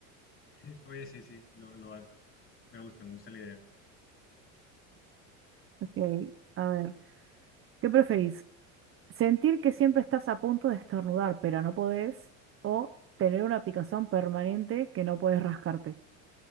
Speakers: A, on the left; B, on the right.
A: <laughs> Oye, sí, sí, lo, lo hago. Me gusta, me gusta la idea.
B: ok. A ver, ¿qué preferís? Sentir que siempre estás a punto de estornudar, pero no podés, o tener una picazón permanente que no puedes rascarte.